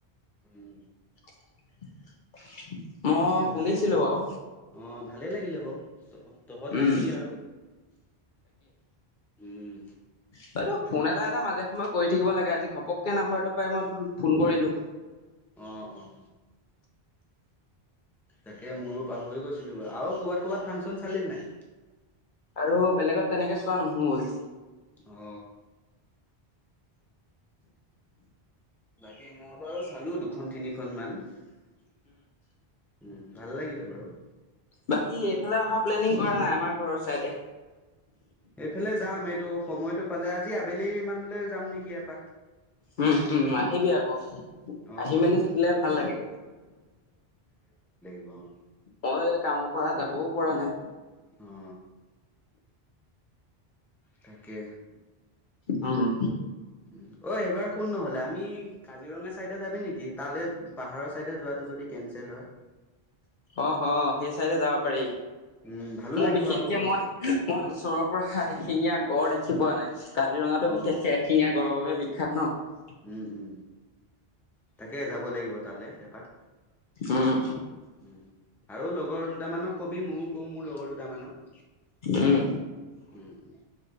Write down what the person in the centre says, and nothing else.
উম।
এনেকে
ভালেই
অ ভালেই লাগিলে বাৰু। অ। তহঁত
নাহিলি আৰু উম।
অহঁ অঁহ। তাকে মোৰো পৰি গৈছিলো বাৰু আৰু কৰ'ৰবাত ক'বাত ফাংচন চালিল নাই।
অ'হ। বাকী মই বাৰু চালো। দুখন তিনিখনমান। উম। ভাল লাগিলে বাৰু।
এইফালে যাম এইটো সময়টো। পালে আজি আবেলি মানলৈ। যাম নেকি এপাক।
অ
অ
অ'হ।
অ তাকে।
উ ঐএইবাৰ শুন নহলে আমি। কাজিৰঙা চাইদে যাবি নেকি তালৈ পাহাৰৰ চাইদে যোৱাটো যদি কেঞ্চেল হয়।
উম ভালো
লাগিব
আকৌ গৈ
অ
উম উম তাকে যাব লাগিব তালৈ এপাক।
উম আৰু লগৰ দুটামানক কবি মোৰ। মোৰ লগৰ দুটামানক
উম উম।